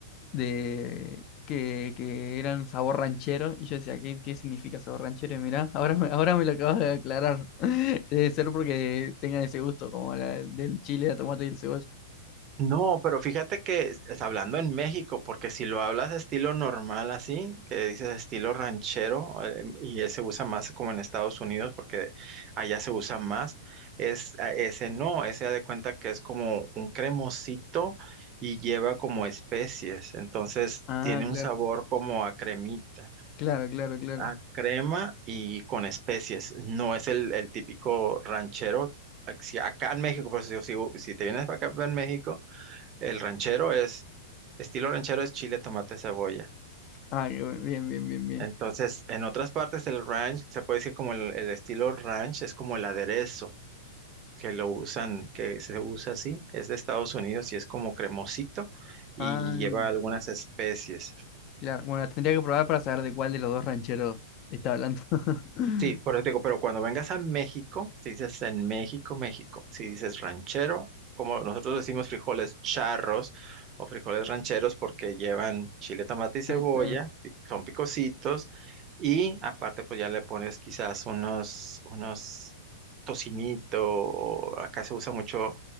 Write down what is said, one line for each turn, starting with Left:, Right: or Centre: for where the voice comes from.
Left: de que, que eran sabor ranchero y yo decía, ¿qué, qué significa sabor ranchero? Y mirá, ahora me, ahora me lo acabas de aclarar. <laughs> Debe ser porque tengan ese gusto como la, del chile, la tomate y el cebolla.
Right: No, pero fíjate que es- es hablando en México, porque si lo hablas estilo normal así, que dices estilo ranchero, eh, y él se usa más como en Estados Unidos, porque allá se usa más, es a- ese no, ese da de cuenta que es como un cremosito y lleva como especies, entonces
Left: Ah,
Right: tiene
Left: claro,
Right: un sabor como a cremita.
Left: claro, claro, claro.
Right: a crema y con especies. No es el, el típico ranchero. Ac- si Acá en México, por eso digo, si, si te vienes para acá en México, el ranchero es, estilo ranchero es chile, tomate, cebolla.
Left: Ah, qué bu- bien, bien, bien, bien.
Right: Entonces, en otras partes del ranch, se puede decir como el, el estilo ranch, es como el aderezo que lo usan, que se usa así, es de Estados Unidos y es como cremosito y
Left: Ah,
Right: lleva algunas especies.
Left: claro. Bueno, tendría que probar para saber de cuál de los dos rancheros está hablando. <laughs>
Right: Sí, por eso te digo, pero cuando vengas a México, si dices en México, México, si dices ranchero, como nosotros decimos frijoles charros o frijoles rancheros porque llevan chile, tomate y cebolla,
Left: Entonces,
Right: pi- son picositos y aparte pues ya le pones quizás unos, unos tocinito o acá se usa mucho